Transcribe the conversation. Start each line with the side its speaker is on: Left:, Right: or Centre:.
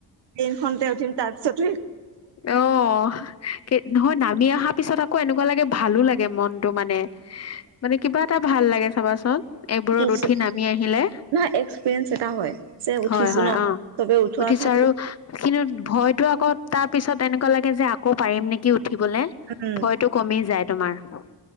Right: ট্ৰেইন খনতে উঠিম তাৰপিছত
Left: অ কি নহয় নামি আহা পিছত আক ক এনেকুৱা লাগে ভালো লাগে মনটো মানে মানে কিবা এটা ভাল লাগে চাবাচোন। এইবোৰত
Right: কিছু
Left: উঠি নামি আহিলে
Right: নহয় এক্সপিৰিয়েঞ্চ এটা হয় যে উঠিছো
Left: হয় হয়
Right: ন
Left: অ।
Right: চবে উঠোৱা
Left: উঠিছো
Right: উঠা
Left: আৰু কিন্তু ভয়তো আকৌ তা তা পিছত এনেকুৱা লাগে যে আকৌ পাৰিম নেকি উঠিবলে
Right: উম
Left: ভয়তটো কমি যায় তোমাৰ।